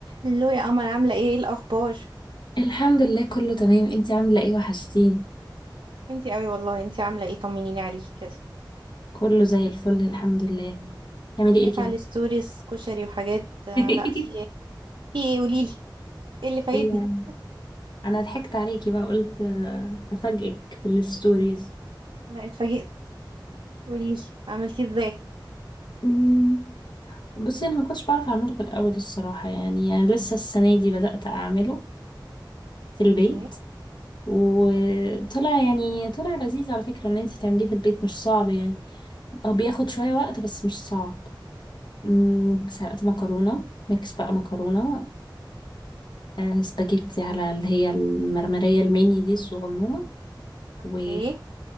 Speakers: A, on the right; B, on the left.
A: الو يا قمر عاملة ايه ايه الأخبار؟
B: الحمد لله كله تمام انتي عاملة ايه وحشتيني
A: انتي قوي والله انتي عاملة ايه طمنيني عليكي كده
B: كله زي الفل الحمد لله تعملي
A: شايفة
B: ايه كده
A: على الستوريز كشري وحاجات آه،
B: <laughs>
A: لا في ايه في ايه قوليلي ايه اللي فايتني؟
B: يعني انا ضحكت عليكي بقى قلت آه، افاجئك في الستوريز
A: لا اتفاجئت قوليلي عملتي ازاي؟
B: أمم، بصي انا ما كنتش بعرف اعمله في الاول الصراحة يعني يعني لسه السنة دي بدأت اعمله في البيت
A: اوكي
B: وطلع يعني طلع لذيذ على فكرة ان انتي تعمليه في البيت مش صعب يعني هو بياخد شوية وقت بس مش صعب أمم، سلقت مكرونة ميكس بقى مكرونة آه، سباجيتي على اللي هي المرمرية الميني دي الصغنونة
A: اوكي
B: و